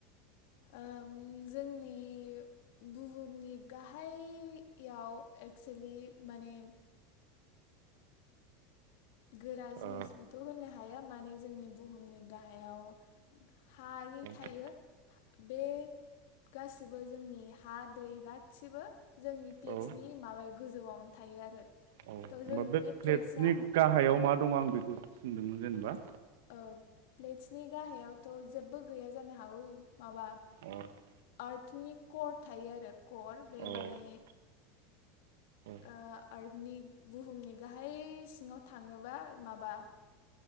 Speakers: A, on the left; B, on the right.
A: ओ जोंनि बुहुमनि गाहाययाव एक्सुलि माने गोरा जिनिसबोथ'
B: ओ
A: होना हाया माने जोंनि बुहुमनि गाहायाव हायो
B: औ
A: थायो बे गासिबो जोंनि हा दै गासिबो जोंनि प्लेटसनि
B: औ औ
A: माबायाव गोजौआवनो थायो आरो।
B: औ होमबा
A: थ' जों
B: बे प्लेटनि
A: प्लेट्सआ
B: गाहायाव। मा दं आं बेखौसो सोंदोंमोन जेनेबा।
A: ओ प्लेटसनि गाहायावथ' जेबो गैया जानो हागौ माबा
B: अ औ
A: आर्टनि कर थायो आरो कर बे
B: औ
A: आ माने
B: औ
A: ओ आर्टनि बुहुमनि गाहाय सिङाव थाङोबा माबा।